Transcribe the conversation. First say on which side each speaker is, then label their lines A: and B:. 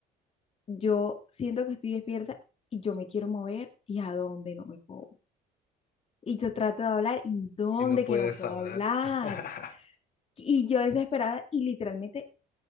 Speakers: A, on the left; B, on the left.
A: yo siento que estoy despierta y yo me quiero mover y a dónde no me puedo. Y yo trato de hablar y dónde
B: Y no puedes
A: que no puedo
B: hablar.
A: hablar.
B: <laughs>
A: Y yo desesperada y literalmente